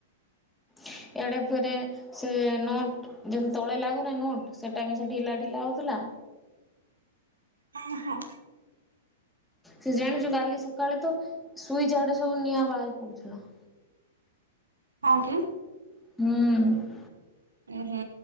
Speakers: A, in the centre; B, on the right.
A: ଇଆଡେ ଫେରେ ସେ ନଟ୍ ଯେମି ତଳେ ଲାଗୁନା ନୋଟ ସେଟା ବି ସେ ଢିଲା ଢିଲା ହଉଥିଲା
B: ଆ ହା।
A: ସେ ଜାଣିଛୁ କାଲି ସକାଳେ ତ ସୁଇଚ ଆଡେ ସବୁ ନିଆଁ ବାହାରି ପଡୁଥିଲା।
B: ହଁ କି?
A: ହୁଁ।
B: ଏ ହେ